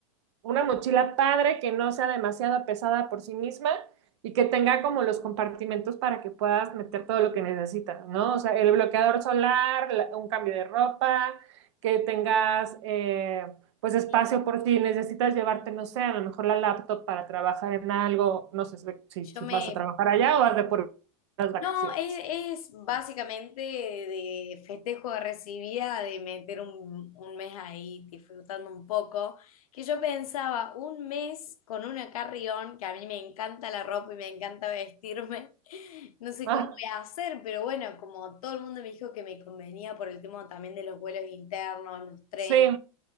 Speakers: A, on the right; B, on the left.
A: una mochila padre que no sea demasiado pesada por sí misma y que tenga como los compartimentos para que puedas meter todo lo que necesitas, ¿no? O sea, el bloqueador solar, un cambio de ropa, que tengas eh, pues espacio
B: Claro.
A: por si necesitas llevarte, no sé, a lo mejor la laptop para trabajar en algo, no sé si,
B: yo
A: si
B: me
A: vas a trabajar allá o vas de por las vacaciones.
B: No, es, es básicamente de festejo de recibida, de meter un, un mes ahí disfrutando un poco, que yo pensaba un mes con una carrión, que a mí me encanta la ropa y me encanta vestirme, <laughs> no sé
A: Ah,
B: cómo voy a hacer, pero bueno, como todo el mundo me dijo que me convenía por el tema también de los vuelos internos, los trenes,
A: sí.